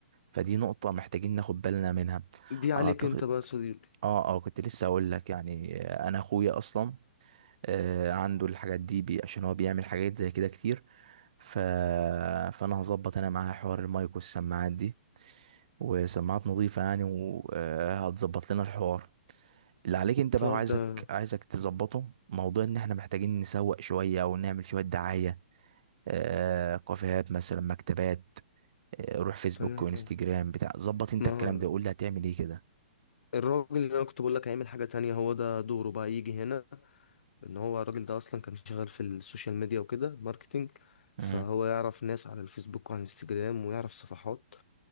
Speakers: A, on the right; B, on the left.
A: فدي نقطة محتاجين ناخد بالنا منها
B: دي عليك
A: اعتقد
B: أنت بقى يا صديقي
A: اه اه كنت لسه اقول لك يعني آه، انا اخويا اصلا آه، عنده الحاجات دي بي عشان هو بيعمل حاجات زي كده كتير ف... فانا هظبط انا معاه حوار المايك والسماعات دي وسماعات نظيفة يعني وهتظبط لنا الحوار اللي عليك انت
B: طب
A: بقى وعايزك
B: ده
A: عايزك تظبطه موضوع ان احنا محتاجين نسوق شوية او نعمل شوية دعاية آه، كافيهات مثلا مكتبات آه، روح فيسبوك
B: تمام
A: وانستجرام بتاع ظبط انت
B: ما
A: الكلام ده وقول لي هتعمل ايه كده
B: الراجل اللي انا كنت بقول لك هيعمل حاجة تانية هو ده دوره بقى يجي هنا ان هو الراجل ده اصلا كان شغال في السوشيال ميديا وكده ماركتينج
A: مم.
B: فهو يعرف ناس على الفيسبوك وعلى الانستجرام ويعرف صفحات